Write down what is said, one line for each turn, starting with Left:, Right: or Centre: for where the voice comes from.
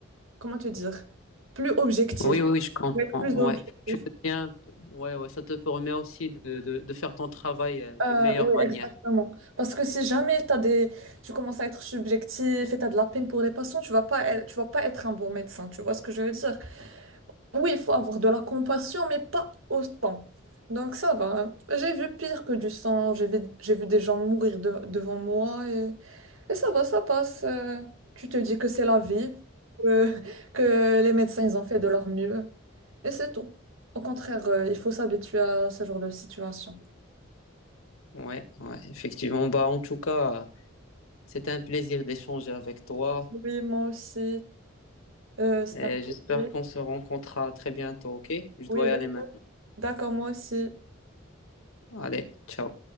Right: comment te dire, plus objectif.
Left: Oui, oui, je comprends.
Right: Pour être plus
Left: Ouais.
Right: objectif.
Left: Tu deviens... un peu- Ouais, ouais, ça te permet aussi de, de, de faire ton travail euh, d'une
Right: Euh,
Left: meilleure
Right: oui,
Left: manière.
Right: exactement. Parce que si jamais t'as des... tu commences à être subjectif et tu as de la peine pour les patients, tu vas pas, être- tu vas pas être un bon médecin. Tu vois ce que je veux dire? Oui, il faut avoir de la compassion, mais pas autant. Donc ça va. hein. J'ai vu pire que du sang, j'ai vu, j'ai vu des gens mourir de- devant moi et, et ça va, ça passe. euh. tu te dis que c'est la vie, que, <laughs> que les médecins, ils ont fait de leur mieux et c'est tout. Au contraire, euh, il faut s'habituer à ce genre de situation.
Left: Ouais, ouais, effectivement. Bah, en tout cas, c'était un plaisir d'échanger avec toi.
Right: Oui, moi aussi. Euh, c'est
Left: Et
Right: un peu...
Left: j'espère qu'on se rencontrera très bientôt, ok? Je
Right: Oui,
Left: dois
Right: j'espère.
Left: y aller maintenant.
Right: D'accord, moi aussi.
Left: Allez, ciao.